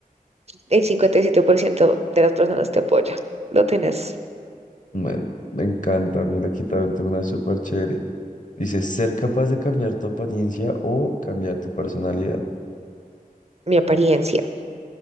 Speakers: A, on the right; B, on the left.
A: el 57% de las personas te apoya. Lo tenés,
B: Bueno, me encanta. Mira, aquí también tengo una súper chévere. Dice, ser capaz de cambiar tu apariencia o cambiar tu personalidad.
A: mi apariencia.